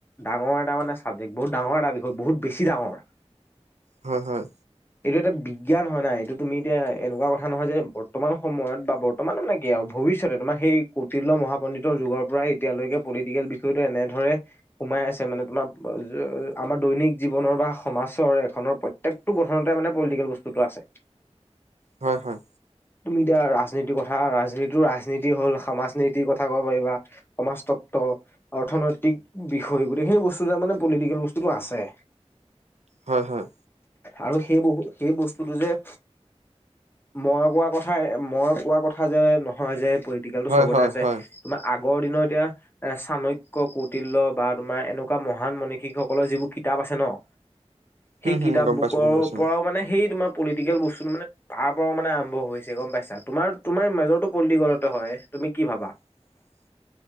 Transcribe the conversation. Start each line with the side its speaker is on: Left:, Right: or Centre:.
Left: ডাঙৰ এটা মানে চাবজেক্ট বহুত ডাঙৰ এটা বি বহুত বেছি ডাঙৰ।
Right: হয় হয়।
Left: এইটো এটা বিজ্ঞান হয় নাই। এইটো তুমি এতিয়া এনেকুৱা কথা নহয় যে বৰ্তমান সময়ত বা বৰ বৰ্তমান মানে কি আও ভৱিষ্যতে তোমাৰ সেই কৌটিল্য মহাপণ্ডিতৰ যুগৰ পৰাই এতিয়ালৈকে পলিটিকেল বিষয়টো এনে ধৰে সোমাই আছে মানে তোমাৰ <unintelligible> আমাৰ দৈনিক জীৱনৰ বা সমাছৰ এখনৰ প্ৰত্যেকটো গঠনতে মানে পলিটিকেল বস্তুটো আছে।
Right: হয় হয়।
Left: তুমি এতিয়া ৰাজনীতিৰ কথা ৰাজনীতিটো ৰাজনীতি হ'ল সমাজ নীতিৰ কথা ক'ব পাৰিবা। সমাজতত্ব, অৰ্থনৈতিক বিষয় গোটেইখিনি বস্তু যে মানে পলিটিকেল বস্তুটো আছ <inaudible>
Right: হয় হয়।
Left: আৰু সেই বহু সেই বস্তুটো যে মই কোৱা কথা, মই কোৱা কথা যে নহয় যে পলিটিকেলটো
Right: হয়
Left: চবতে
Right: হয়
Left: আছে।
Right: হয়
Left: তোমাৰ আগৰ দিনৰ এতিয়া চাণক্য, কৌটিল্য বা তোমাৰ এনেকুৱা মহান মনিষীকসকলৰ যিবোৰ কিতাপ আছে ন', সেই
Right: হুম হুম
Left: কিতাপবোকৰ
Right: গম পাইছো গম পাইছো
Left: পৰাও মানে সেই তোমাৰ পলিটিকেল বস্তুটো মানে তাৰ পৰাও মানে আৰম্ভ হৈছে গম পাইছা। তোমাৰ তোমাৰ মেজৰটো পলটিকলতে হয় তুমি কি ভাবা?
Right: <inaudible>